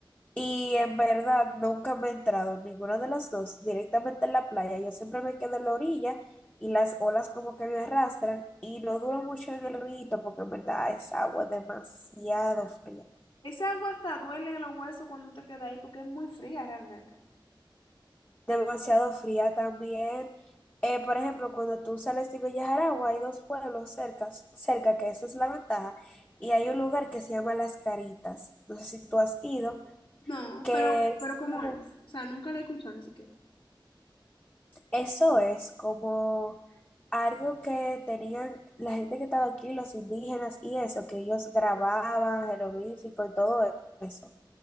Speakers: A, on the left; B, on the left.
A: Y en verdad nunca me he entrado en ninguna de las dos directamente en la playa. Yo siempre me quedo en la orilla y las olas como que me arrastran y no duro mucho en el río porque en verdad es agua demasiado fría.
B: Esa agua hasta duele en los huesos cuando te quedas ahí porque es muy fría realmente.
A: demasiado fría también. eh, por ejemplo, cuando tú sales de Bellajaragua, hay dos pueblos cerca, cerca, que esa es la ventaja, y hay un lugar que se llama Las Caritas. No sé si tú has ido,
B: No,
A: que
B: pero,
A: es
B: pero ¿cómo
A: como-
B: es? O sea, nunca la he escuchado ni siquiera.
A: eso es como algo que tenían la gente que estaba aquí, los indígenas y eso, que ellos grababan jeroglífico y todo eso.